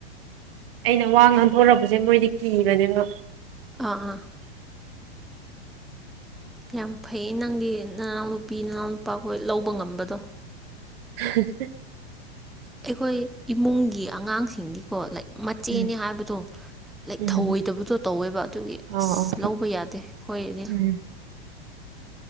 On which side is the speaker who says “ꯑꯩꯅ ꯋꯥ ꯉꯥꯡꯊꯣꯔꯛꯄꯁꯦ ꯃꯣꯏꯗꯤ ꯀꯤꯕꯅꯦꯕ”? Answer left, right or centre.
Right